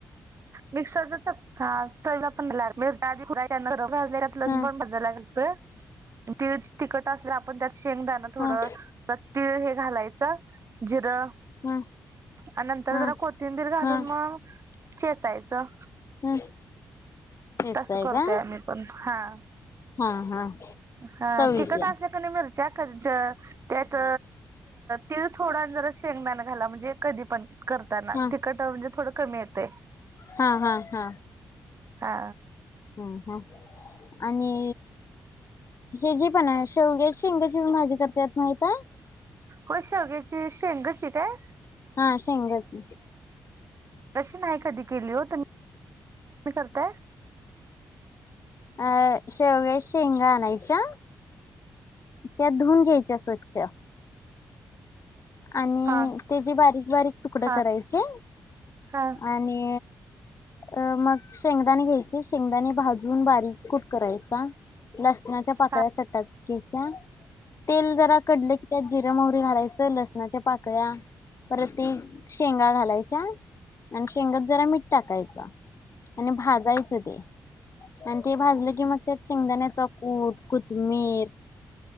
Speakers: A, on the right (about 40°); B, on the left (about 45°).
A: मिक्सरचा हा चला पण आधजल्यात लसण
B: हा
A: पण भजयला लाग त तिकट असल्या आपण त्यात शेंगदाणं थोडं
B: हा
A: तर तळ हे घालायचं जिरं
B: हा
A: आणि नंतर
B: हा
A: जरा कोथिंबीर घालून
B: हा
A: मग चेचायचं
B: हा चेचताय
A: तस करतोय
B: का
A: आम्ही पण हा
B: हा हा
A: हा
B: चव येत्या
A: तिकट असल्या क नाही मिरच्या त्यात तिळ थोडा जरा शेंगदान घाला म्हणजे कधी पण करताना
B: हा
A: तिकट जे थोड कमी येते
B: हा हा हा
A: हा
B: हम्म हम आणि हे जे पण आहे शौगे शिंगची म माझ्या करते माहित आहे
A: हो शेग्याची शेंगाची काय
B: हा शेंगाच
A: लक्ष नाही आहे कधी केली हो तर म् करताय
B: अ शेवगेश शेंगा आणायच्या त्यात धुऊन घ्यायच्या स्वच्छ आणि
A: हा
B: ते जे बारीक बारीक तुकड
A: हा
B: करायचे
A: हा
B: आणि अ मग शेंगदाणे घ्यायचे शेंगदाणे भाजून बारीक कुट करायचा लसणाच्या पाकळ्या
A: हा
B: सटातकीच्या तेल जरा कडलं की त्या जिर मोहरी घालायचं, लस पाकळ्या परत शेंगा घालायच्या, आणि शेंगात जरा मीठ टाकायच, आणि भाजायचं ते. आणि ते भाजलं की, मग त्यात शेंगदाण्याचा कूट कोथमीर,